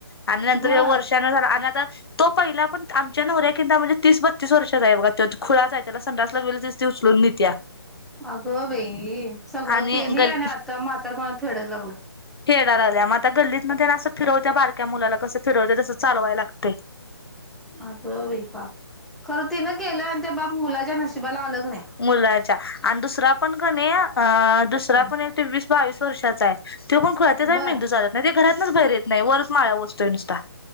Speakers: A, on the left (about 65°); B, in the centre.
A: आणि नंतर
B: बर
A: हयो वर्षाान झाला आणि आता तो पहिला पण आमच्या नवऱ्या किंदा म्हणजे तीस बत्तीस वर्षाचा आहे बघा तो खुळाच हाय त्याला संडास लघवीला तिचं ती उचलून नेत्या.
B: अगं बाई सगळं
A: आणि
B: केली
A: गल
B: आणि आता म्हातारपणाात फेडायला लागलय.
A: फेडा लागल्या मग आता गल्लीत तेनं असं फिरवत्या बारक्या मुलाला कसं फिरवत तसं चालवाय लागतयं. <unintelligible>
B: अगं बाई पापं खरं तिनं केलं आणि त्या पाप मुलाच्या नशिबाला आल की नाही.
A: मुलाच्या आणि दुसरा पण कणी अ दुसरा
B: हम्म.
A: पण आहे तो वीस बावीस वर्षाचा आहे. तो पण खुळा आहे त्याचा
B: बर.
A: पण मेंदू चालत नाही ते घरातनच बाहेर येत नाही वरचं माळावर असतोय नुसता